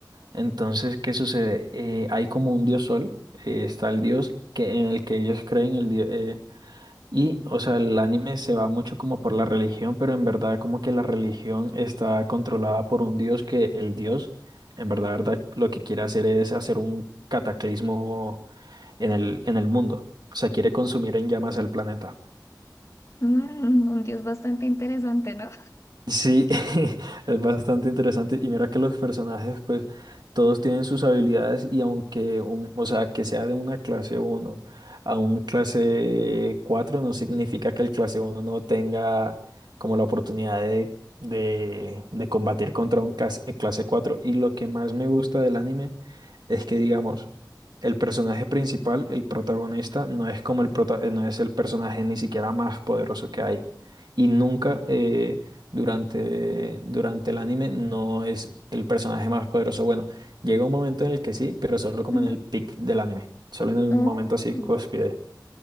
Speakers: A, on the right; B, on the left.
A: Entonces, ¿qué sucede? Eh, hay como un dios sol, eh, está el dios que, en el que ellos creen, el dios, y, o sea, el anime se va mucho como por la religión, pero en verdad como que la religión está controlada por un dios que el dios, en verdad, verdad, lo que quiere hacer es hacer un cataclismo en el, en el mundo. O sea, quiere consumir en llamas el planeta.
B: Mm, un dios bastante interesante, ¿no?
A: Sí, <laughs> es bastante interesante. Y mira que los personajes, pues, todos tienen sus habilidades y aunque, un- o sea, que sea de una clase uno a un clase 4 no significa que el clase uno no tenga como la oportunidad de, de, de combatir contra un clase, eh, clase cuatro Y lo que más me gusta del anime es que, digamos, el personaje principal, el protagonista, no es como el prota- eh, no es el personaje ni siquiera más poderoso que hay. Y nunca... eh, durante, durante el anime no es el personaje más poderoso. Bueno, llega un momento en el que sí, pero solo como
B: Ujú.
A: en el peak del anime, solo en el
B: Oh,
A: momento así cúspide.